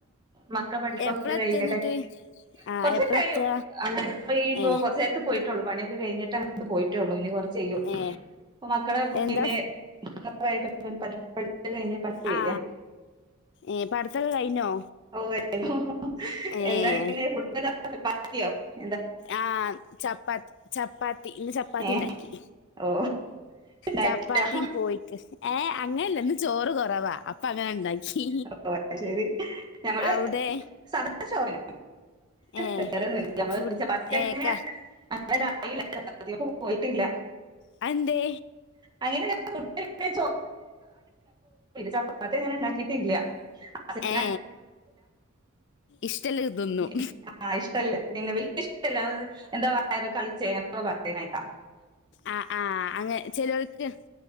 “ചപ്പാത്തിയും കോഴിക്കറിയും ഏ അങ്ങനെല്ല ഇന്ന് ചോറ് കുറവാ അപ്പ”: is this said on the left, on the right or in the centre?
Left